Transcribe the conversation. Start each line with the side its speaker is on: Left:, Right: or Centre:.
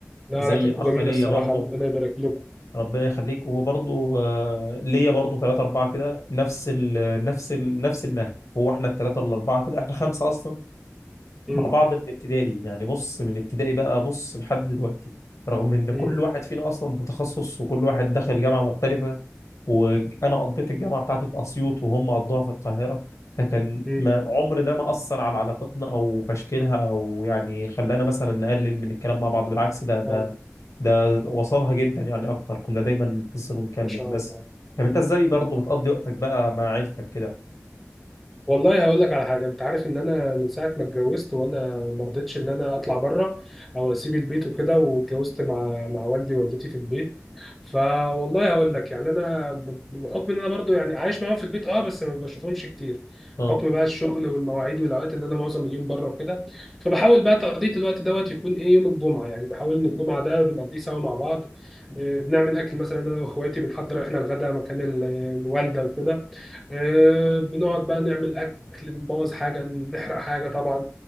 Centre: لا
Left: زي
Centre: علاقتكم
Left: اخ
Centre: جميله
Left: ليا
Centre: الصراحه
Left: برضو
Centre: ربنا يبارك لكم
Left: ربنا يخليك وبرضه آه، ليا برضه ثلاثة أربعة كده نفس ال نفس ال نفس النهج هو احنا الثلاثة الأربعة كده احنا خمسة أصلا
Centre: مم.
Left: مع بعض من ابتدائي يعني بص من ابتدائي بقى بص لحد دلوقتي رغم ان كل
Centre: مم.
Left: واحد فينا اصلا في تخصص وكل واحد دخل جامعه مختلفه وانا قضيت الجامعه بتاعتي في اسيوط وهم قضوها في القاهره فكان
Centre: مم.
Left: ما عمر ده ما اثر على علاقتنا او في تشكيلها او يعني خلانا مثلا نقلل من الكلام مع بعض بالعكس ده ده
Centre: اه
Left: ده وصلها جدا يعني اكتر كنا دايما نتصل ونتكلم
Centre: ما شاء
Left: بس
Centre: الله
Left: طب انت ازاي برضه بتقضي وقتك بقى مع عيلتك كده
Centre: والله هقول لك على حاجه انت عارف ان انا من ساعه ما اتجوزت وانا ما رضيتش ان انا اطلع بره او اسيب البيت وكده واتجوزت مع مع والدي ووالدتي في البيت فوالله هقول لك يعني انا ب- بحكم ان انا برضو يعني عايش معاهم في البيت اه بس ما بشوفهمش كتير
Left: اه
Centre: حكم بقى الشغل والمواعيد والاوقات ان انا معظم اليوم بره وكده فبحاول بقى تقضيه الوقت دوت يكون ايه يوم الجمعه يعني بحاول ان الجمعه ده بنقضيه سوا مع بعض آه، بنعمل اكل مثلا انا واخواتي بنحضر احنا الغداء مكان ال- الوالده وكده آه، بنقعد بقى نعمل اكل بنبوظ حاجه نحرق حاجه طبعا